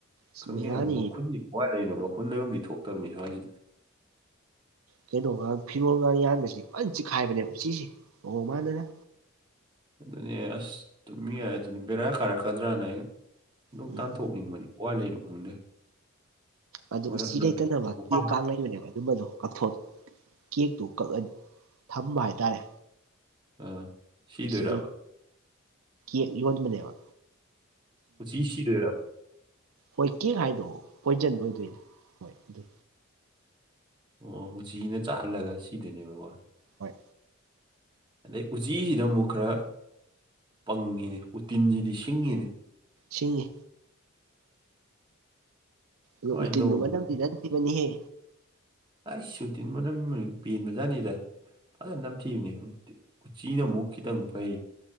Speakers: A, on the right; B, on the right.
A: ꯁꯤ
B: ꯈꯪꯗꯦꯅ
A: ꯕꯦꯔꯥꯅꯤ
B: ꯃꯈꯨꯟꯗꯤ ꯀꯋꯥꯏ ꯂꯩꯔꯤꯅꯣ ꯃꯈꯨꯟ ꯂꯩꯔꯨꯝꯗꯤ ꯊꯣꯛꯇꯕꯅꯤ ꯁ꯭ꯋꯥꯏꯁꯤꯗ
A: ꯀꯩꯅꯣꯒ ꯐꯤꯔꯣꯜꯒ ꯌꯥꯟꯕꯁꯤ ꯐꯅ ꯆꯤꯛꯈꯥꯏꯕꯅꯦꯕ ꯎꯆꯁꯤꯦ ꯑꯣꯣꯡ ꯃꯥꯥꯟꯅꯅ
B: ꯑꯗꯨꯅꯦ ꯑꯁ ꯇꯨꯝꯃꯤ ꯌꯥꯏ ꯑꯗꯨꯅꯤ ꯕꯦꯔꯥ ꯀꯥꯔꯛꯀꯗ꯭ꯔꯅ ꯑꯩꯅ ꯅꯨꯡꯇꯥꯟꯊꯣꯛꯅꯤꯡꯕꯅꯤ
A: ꯎꯝ
B: ꯀ ꯂꯩꯅꯣ ꯈꯪꯗꯦ
A: ꯑꯗꯨ
B: ꯃꯔꯛ
A: ꯎꯆ
B: ꯃꯔꯛꯇ
A: ꯂꯩꯇꯅꯕ ꯀꯦ ꯀꯥꯡ ꯂꯩꯕꯅꯦꯕ ꯌꯨꯝꯗꯣ ꯀꯛꯊꯣꯛ ꯀꯦꯛꯇꯣ ꯀꯛ ꯊꯝꯕ ꯍꯥꯏꯇꯥꯔꯦ
B: ꯑꯥ ꯁꯤꯗꯣꯏꯔꯕ
A: ꯁꯤ ꯌ ꯍꯣꯖꯤꯃꯦ ꯂꯩꯕ
B: ꯀꯨ ꯏꯁꯤꯗꯦꯔ
A: ꯍꯣꯏ ꯀꯦꯛ ꯍꯥꯏꯗꯣ ꯄꯣꯏꯖꯟ ꯑꯣꯏꯗꯣꯏꯅꯦ ꯍꯣꯏ ꯑꯗꯨ
B: ꯑꯣ ꯍꯧ ꯎꯆꯖꯤꯤꯅ ꯆꯥꯍꯜꯂꯒ ꯁꯤꯗꯅꯦꯕꯀꯣ
A: ꯍꯣꯏ
B: ꯑꯗꯩ ꯎꯆꯤꯁꯤꯗ ꯑꯃꯨꯛ ꯈꯔ ꯄꯪꯉꯤꯅꯦ ꯎꯇꯤꯟꯁꯤꯗꯤ ꯁꯤꯡꯉꯤꯅꯦ
A: ꯁꯤꯡꯉꯤ ꯑꯣ
B: ꯀꯃꯥꯏꯅ
A: ꯎꯇꯤꯟꯗꯨ
B: ꯇꯧꯕꯅꯣ
A: ꯃꯇꯝꯝꯗꯤ ꯅꯟ ꯊꯤꯕꯅꯤꯍꯦ
B: ꯑꯩ ꯁꯨꯇꯤꯟ ꯃꯅꯝ ꯄꯦꯟꯕꯖꯥꯠꯅꯤꯗꯦ ꯐꯖꯅ ꯅꯝꯊꯤꯕꯅꯤ ꯎꯆꯤꯅ ꯑꯃꯨꯛ ꯈꯤꯇꯪ ꯐꯩ